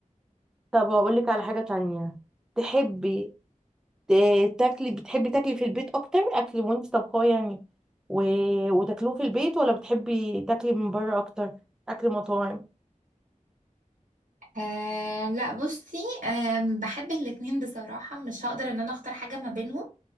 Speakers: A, in the centre; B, on the right.
A: طب أقول لك على حاجة تانية تحبي ت- تاكلي بتحبي تاكلي في البيت اكتر اكل وانت طبخاه يعني و... وتاكلوه في البيت ولا بتحبي تاكلي من بره اكتر اكل مطاعم
B: أه لا بصي أه بحب الاتنين بصراحة مش هقدر ان انا اختار حاجة ما بينهم